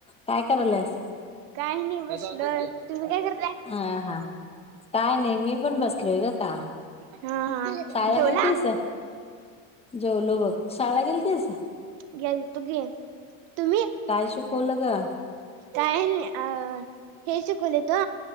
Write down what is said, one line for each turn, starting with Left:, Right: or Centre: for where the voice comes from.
Left: काय करायलस.
Right: काय नाही बस तुम्ही काय करताय
Left: हा हा काय नाही मी पण बसलोय ग का
Right: हा ह
Left: शाळेला
Right: ठेवला.
Left: गेलतीस जेवलो बघ शाळा गेल तेचा...
Right: ग्या तो गे तुम्ही.
Left: काय सुिकवलं ग.
Right: काय नाही अ... हे शिकवले त